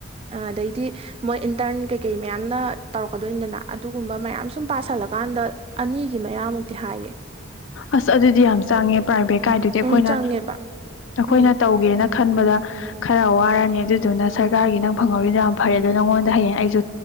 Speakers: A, on the right; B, on the left.
A: ꯑ ꯑꯗꯩꯗꯤ ꯃꯣꯏ ꯏꯟꯇꯔꯟ ꯀꯩꯀꯩ ꯃꯌꯥꯝꯅ ꯇꯧꯔꯛꯀꯗꯣꯏꯅꯤꯗꯅ ꯑꯗꯨꯒꯨꯝꯕ ꯃꯌꯥꯝ ꯁꯨꯝ ꯄꯥꯁꯜꯂꯀꯥꯟꯗ ꯑꯅꯤꯒꯤ ꯃꯌꯥꯃꯨꯛꯇꯤ ꯍꯥꯏꯌꯦ
B: ꯑꯁ ꯑꯗꯨꯗꯤ ꯌꯥꯝ ꯆꯪꯉꯦ ꯄ꯭ꯔꯥꯏꯚꯦꯠ ꯀꯥꯏꯗꯨꯗꯤ ꯑꯈꯣꯏꯅ
A: ꯎꯝ ꯆꯪꯉꯦꯕ
B: ꯑꯈꯣꯏꯅ
A: ꯎꯝ
B: ꯇꯧꯒꯦꯅ ꯈꯟꯕꯗ ꯈꯔ ꯋꯥꯔꯅꯤ ꯑꯗꯨꯗꯨꯅ ꯁꯔꯀꯥꯔꯒꯤ ꯅꯪ ꯐꯪꯍꯧꯔꯤꯗꯨ ꯌꯥꯝ ꯐꯔꯦ ꯑꯗꯨ ꯅꯪꯉꯣꯟꯗ ꯍꯌꯦꯡ ꯑꯩꯖꯨ